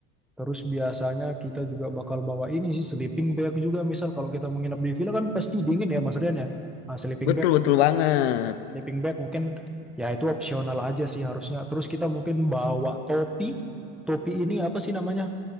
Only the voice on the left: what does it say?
Betul
betul banget.